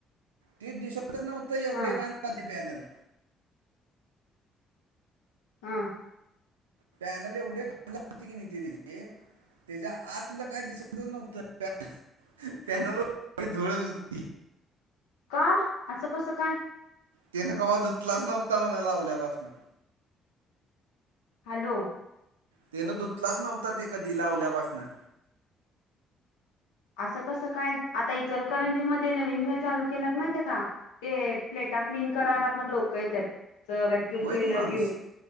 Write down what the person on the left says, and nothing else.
हा
हं.
का? असं कसं काय?
हॅलो.
असं कसं काय? आता इचलकरंजी मध्ये नवीन काय चालू केल्यात माहितीय का? ते प्ले टा क्लीन करायला पण लोकं येत्यात, अ वॅक्युम
क्लिनर
घेऊन.